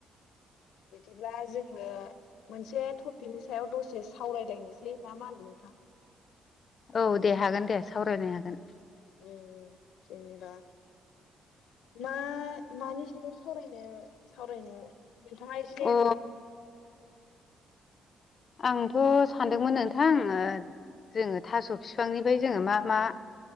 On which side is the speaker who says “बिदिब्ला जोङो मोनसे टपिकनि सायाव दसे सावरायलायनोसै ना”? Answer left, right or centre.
Left